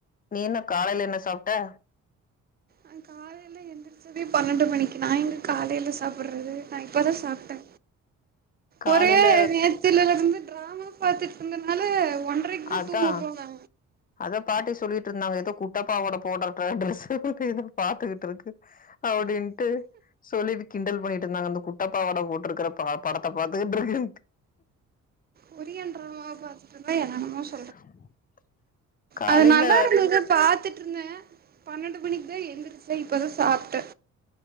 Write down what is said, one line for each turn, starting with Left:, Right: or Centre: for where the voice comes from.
Left: நீ என்ன காலைல என்ன சாப்ட
Right: அ காலைல எந்துருச்சதே பன்னெண்டு மணிக்கு நா எங்க காலைல சாப்ட்றது நா இப்பதா சாப்டே
Left: காலைல
Right: ஒரே நேத்துல இருந்து டிராமா பாத்துட்டு இருந்தனால ஒன்றைக்குதா
Left: அதா
Right: தூங்க போன
Left: அதா பாட்டி சொல்லிட்ருந்தாங்க த குட்டப் பாவாட போடாற்ற டிரஸ்புக்கு இது பாத்துக்கிட்டு இருக்கு அ அப்டின்ட்டு சொல்லி கிண்டல் பண்ணிட்டு இருந்தாங்க அந்த குட்டப்பாவட போட்டுருக்கற ப படத்த பாத்துக்குட்டுருக்குன்டு
Right: கொரியன்ற ம பாத்துட்ருந்தா என்ன என்னமோ சொ
Left: <unintelligible> காலைல
Right: அது நல்லா இருந்துது பாத்துட் ட்டுருந்தே பன்னெண்டு மணிக்கு தா எந்திரிச்சே இப்பதா சாப்ட்டே